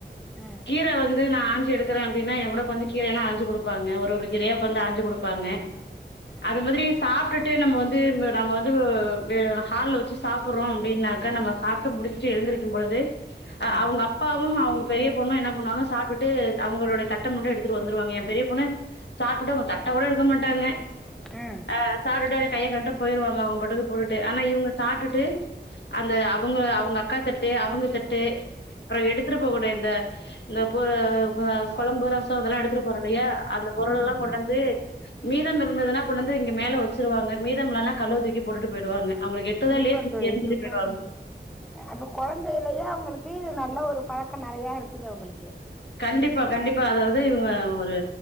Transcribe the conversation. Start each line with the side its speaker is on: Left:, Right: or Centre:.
Centre: ஆ
Left: கீர வந்து து நா ஆஞ்சு எடுக்குரேனா என் கூட கொஞ்ச கீர எல்லா ஆஞ்சு கொடுப்பாங்க ஒரு ஒருகீரயா உக்காந்து ஆஞ்சு கொடுப்பாங்க
Centre: ஆ
Left: அது மாரி சாப்பிட்டுட்டு நம்ம வந்து நம்ம வந்து ஹாலில் வச்சு சாப்றோம் அப்டினாக்கா நம்ம சாப்ட்டு முடிச்சு எழுந்திருக்கு போது
Centre: ம்
Left: அவுங்க அப்பாவு அவுங்க பெரிய பொண்ணு என்ன பண்ணுவாங்க சாப்ட்டு அவுங்களுடைய தட்ட மட்டு எடுத்துட்டு எடுத்துட்டு வந்துருவாங்க எ பெரிய பொண்ணு சாப்ட்டு அவுங்க தட்ட கூட எடுக்க மாட்டாங்க
Centre: ஆ
Left: அ சாப்ட்டு அது கையை கழிவிட்டு போய்டுவாங்க அவுங்க பாட்டுக்கு போட்டுட்டு ஆன இவுங்க சாட்டுட்டு அந்த அவுங்க அவுங்க அக்கா தட்டு அவுங்க தட்டு அப்பற எடுத்துட்டு போக கூடிய இந்த இந்த பொ கொழம்பு ரசம் இதெல்லா எடுத்துட்டு போறோ இல்லயா அந்த பொருள்
Centre: ம்
Left: எல்லா கொண்டாந்து மீதம் இருந்ததுனா கொண்டாந்து இங்க மேல வச்சிருவாங்க மீதம் இல்லனா கழுவ தூக்கி போட்டுட்டு போயிடுவாங்க அவுங்களுக்கு எ எட்டுதோ
Centre: சூப்பர்
Left: தூக்கி
Centre: தோழி
Left: எரிஞ்சுட்டு
Centre: சூப்பர்
Left: போய்டு வாங்க
Centre: அப்ப குழந்தையிலயே அவுங்களுக்கு நல்ல ஒரு பழக்க நேறய இருக்குது அவுங்களுக்கு
Left: கண்டிப்பா கண்டிப்பா அதாவது இவுங்க ஒரு